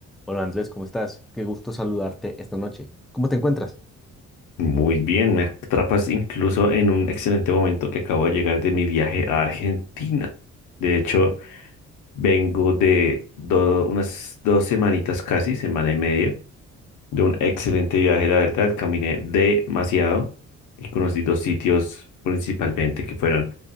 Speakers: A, in the centre; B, on the left.
A: Hola Andrés, ¿cómo estás? Qué gusto saludarte esta noche. ¿Cómo te encuentras?
B: Muy bien, me atrapas incluso en un excelente momento que acabo de llegar de mi viaje a Argentina. De hecho, vengo de do- unas dos semanitas casi, semana y media, de un excelente viaje, la verdad. Caminé demasiado y conocí dos sitios principalmente que fueron